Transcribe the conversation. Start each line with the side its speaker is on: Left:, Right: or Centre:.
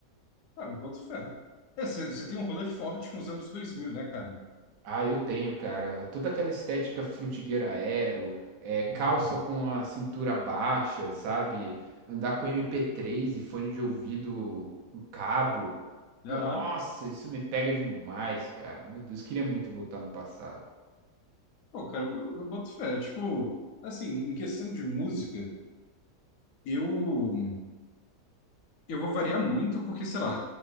Left: Cara, eu boto fé. É, você você tem um rolê forte com os anos dois mil né, cara?
Right: Ah, eu tenho, cara. Toda aquela estética frutigueira aero, é, calça
Left: <laughs>
Right: com a cintura baixa, sabe? Andar com mp três, e fone de ouvido com cabo. Nossa,
Left: Aham.
Right: isso me pega demais, cara. Meu Deus, queria muito voltar no passado.
Left: Pô, cara, eu, eu boto fé. Tipo, assim, em questão de música, eu. Eu vou variar muito, porque, sei lá,